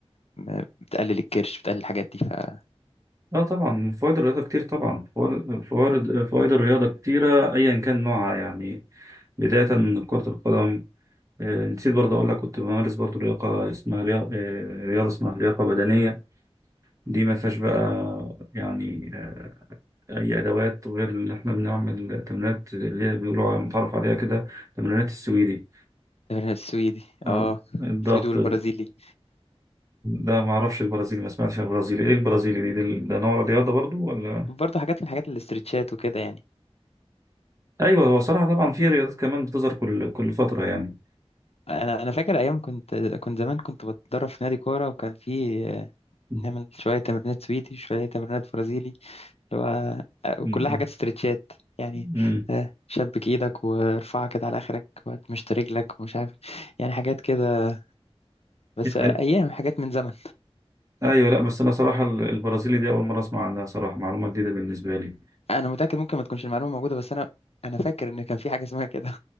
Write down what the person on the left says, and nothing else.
م- بتقلل الكرش بتقلل الحاجات دي فالتمرين
السويدي
اه
السويدي والبرازيلي
برضه حاجات من حاجات الاسترتشات وكده يعني
انا انا فاكر ايام كنت كنت زمان كنت بتدرب في نادي كوره وكان في آه،
نعمل شويه تمرينات سويدي شويه تمرينات برازيلي اللي هو آه،
وكلها حاجات استرتشات يعني
آه، شبك ايدك وارفعها كده على اخرك وتمشط رجلك ومش عارف يعني حاجات كده بس
ايام حاجات من زمن
انا متاكد ممكن ما تكونش المعلومه موجوده بس انا انا فاكر ان كان في حاجه اسمها كده